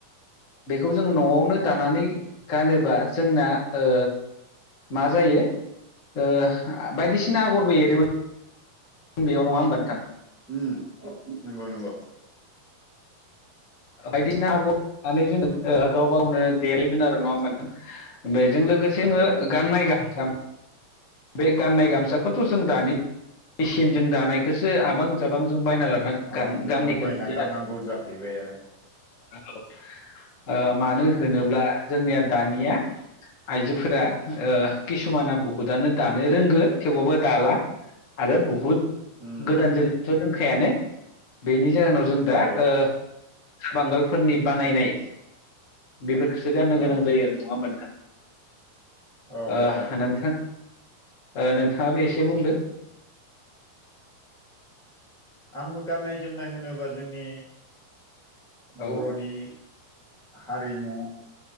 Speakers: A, on the left (about 75°); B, in the centre.
A: बेखौ जोंङो न'आवनो दानानै गानोबा जोंना ओ मा जायो ओ बायदिसिना आगरबो एरोमोन । बेयाव नंङा होमबा नोंथां?
B: उम नंगौ नंगौ।
A: बायदिसिना आगरनानै जोंङो ओ गाव गावनो देलायोमोन आरो नंङा होमबा नोंथां? बे जों लोगोसे
B: नंगौ
A: ङो गाननाय गाम बे गाननाय गामसाखौथ जों दानि मेसिनजों दानायखोसो आबां जाबां जों बायना लाना
B: हाबा
A: गानो
B: बिजाबाव
A: गाननायखो
B: बायना
A: नुयो
B: गाननांगौ
A: आरो।
B: जाहैबाय आरो
A: औ ओ मानो होनोब्ला जोंनिया दानिया आइजोफोरा ओ किसुमाना बहुदानो दानो रोंगो थेवबाबो दाला आरो बुहुद
B: उम
A: गोदान जोलै थ रोंखायानो बेनि जाहोनाव जों दा
B: औ
A: ओ बांगालफोरनि बानायनाय बेफोरखौसो गाननो
B: बानायनाय
A: गोनां जायो आरो नंङा होमबा नोंथां?
B: औ
A: ओ
B: औ
A: नोंथां ओ नोंथाङाबो एसे बुंदो
B: आंबो गाननाय जोमनाय होनोबा जोंनि
A: औ
B: बर'नि हारिमु